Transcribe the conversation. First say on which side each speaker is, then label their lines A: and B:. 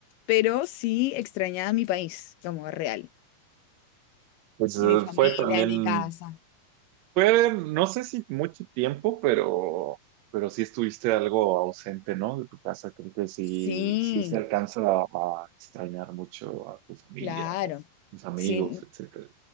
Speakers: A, on the left (about 85°); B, on the right (about 90°).
A: pero sí extrañaba mi país, como real,
B: Pues
A: y
B: eh,
A: mi familia,
B: fue también
A: y mi casa.
B: Fue, no sé si mucho tiempo, pero, pero sí estuviste algo ausente, ¿no? De tu casa. Creo que sí,
A: Sí,
B: sí se alcanza a, a extrañar mucho a tu familia
A: claro.
B: o tus amigos,
A: Sí,
B: etcétera.